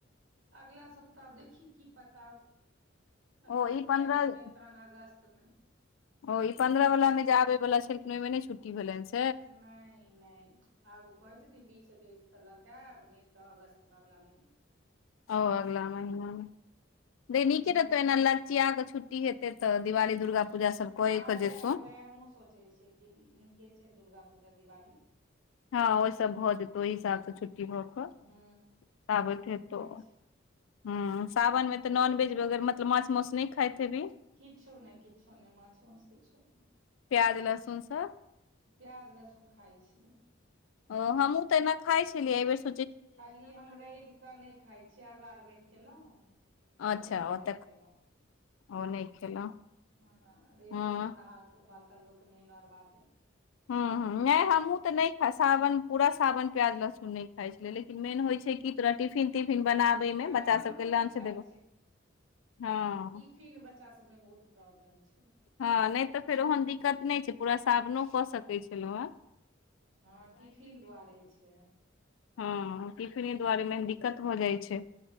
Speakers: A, on the right (about 80°); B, on the left (about 85°).
A: अगला सप्ताह देखि की पता अगला
B: ओ
A: सप्ताह
B: ई पन्द्रह
A: एथुन नई तहन अगस्त मे
B: ओ ई पंद्रह वला मे जे आबे वला छलखिन ओहि मे नहि छुट्टी भेले सै।
A: नई - नई आब ओ कहै छथिन बीस एकैस तऽ लऽके आब नई तऽ, अगस्तमे अगला महिना
B: ओ आगला महिना गई नीके
A: हूँ
B: रहतौ एना लगचिया क छुट्टीे हेते तऽ दिवाली दुर्गा पूजा सब कए
A: हँ
B: के
A: वएह
B: जेतौ
A: - वएह हमूँ सोचे छियै कि नीके छै, दुर्गा पूजा दिवाली
B: हँ ओई सँ भऽ जेतौ ओहि हिसाब स छुट्टी भऽ कऽ,
A: हूँ
B: ताबैत हेतौ।
A: वएह छै
B: ह सावन मे तऽ,
A: कियाकि
B: नॉनवेज वगैरह मतलब माछ माउस नई खाइत हेभी
A: किछो नई किछो नइ माछ माउस किछो नै।
B: प्याज लहसुन सब
A: प्याज लहसुन खाइ छियै।
B: ओ हमहुँ त एना खाय छलियै, एहि बेेर सँ
A: खाली हम रैब कऽ नइ खाइ छीयै, अरबा अरबइन कयेलहुँ
B: अच्छा
A: सोम क
B: ओतऽ
A: व्रत केयलहुँ।
B: ओ नहि खेलहुँ
A: ह--हा, रैइब
B: हँ
A: क मने नहा क बाल ताल धो क नेहेलहुॅ, अरबा- अरबैन।
B: हँ- हँ। नहि हमूं ते नहि खा सावन पूरा सावन प्याज लहसुन नहि खााय छले, लेकिन मेन होय छै की तु राटी टिफिन- तिफिन बनाबे
A: वएह
B: मे बच्चा
A: हमरो
B: सबके लंच
A: दिक्कत
B: देबय, हँ
A: फीन बच्चा सबमें बहुत प्रॉब्लम छै।
B: हँ नहि तऽ फेर ओहन दिक्कत नहि छै, पूरा सावनो कऽ सकैत छलहुँ हैं।
A: हँ टिफिन दुआरे छै।
B: हँ टिफिने दुआरे मेन दिक्कत भऽ जाइ छै।